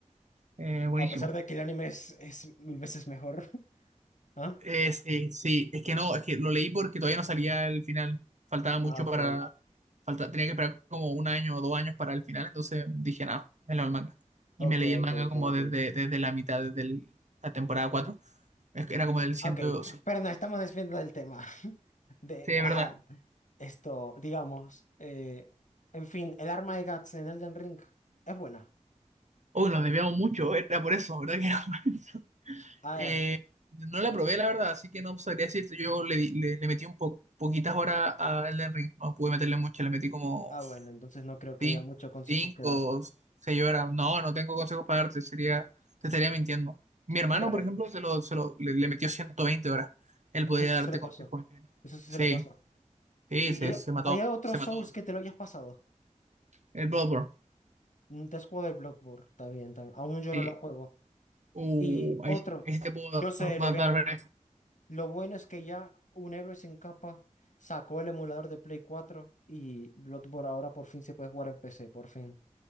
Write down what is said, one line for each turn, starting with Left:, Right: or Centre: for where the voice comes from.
Right: Eh, buenísimo.
Left: A pesar de que el anime es, es mil veces mejor. <laughs> ¿Ah?
Right: Eh, sí, sí, es que no, es que lo leí porque todavía no salía el final. Faltaba mucho
Left: Ah, ok.
Right: para. Falta, tenía que esperar como un año o dos años para el final, entonces dije, nada, me leo el manga. Y
Left: Ok,
Right: me leí el
Left: ok,
Right: manga
Left: ok,
Right: como
Left: ok.
Right: desde, desde la mitad, desde el- la temporada cuatro, Es que era como del 100.
Left: Ok,
Right: Sí,
Left: pero nos estamos desviando del tema. <laughs> De,
Right: sí,
Left: ajá,
Right: es verdad.
Left: esto, digamos, eh, en fin, el arma de Guts en Elden Ring es buena.
Right: Uy, nos debíamos mucho, era por eso, ¿verdad? <laughs> Que era por eso.
Left: A ver,
Right: Eh, no la probé, la verdad, así que no sabría decirte. Yo le, di- le, le metí un po- poquitas horas a Elden Ring, no pude meterle mucho, le metí como
Left: ah, bueno, entonces no creo que
Right: Cinco,
Left: haya mucho consejo
Right: cinco,
Left: que dar.
Right: seis horas. No, no tengo consejos para darte, sería, te estaría mintiendo. Mi hermano,
Left: Pero
Right: por ejemplo, se lo, se lo- le, le metió 120 horas. Él
Left: eso
Right: podría
Left: sí
Right: darte
Left: se lo
Right: consejos.
Left: pasó. Eso sí
Right: Sí,
Left: se lo pasó.
Right: sí,
Left: ¿Y
Right: se, se mató,
Left: hay otros
Right: se mató.
Left: Souls que te lo hayas pasado?
Right: El Bloodborne,
Left: Mm, Te has jugado el Bloodborne, está bien, está bien. Aún yo
Right: sí.
Left: no lo juego.
Right: Uh,
Left: Y otro,
Right: ahí, sí- ahí sí te puedo
Left: yo sé,
Right: dar,
Left: lo voy
Right: dar
Left: a jugar.
Right: ver
Left: Lo bueno es que ya un héroe sin capa sacó el emulador de Play 4 y Bloodborne ahora por fin se puede jugar en PC, por fin.